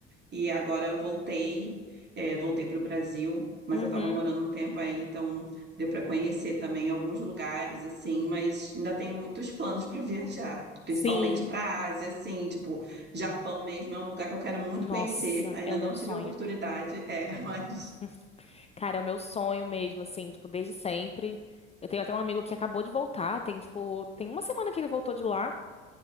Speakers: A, on the right (about 30°); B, on the left (about 20°).
A: E agora eu voltei, é, voltei para o Brasil, mas
B: Uhum.
A: eu estava morando um tempo aí, então deu para conhecer também alguns lugares, assim, mas ainda tenho muitos planos para viajar, principalmente
B: Sim.
A: para a Ásia, assim, tipo, Japão mesmo é um lugar que eu quero muito
B: Nossa,
A: conhecer, ainda
B: é o meu
A: não
B: sonho.
A: tive oportunidade, é, <laughs> mas
B: <laughs> Cara, é o meu sonho mesmo, assim, tipo, desde sempre. Eu tenho até um amigo que acabou de voltar, tem, tipo, tem uma semana que ele voltou de lá.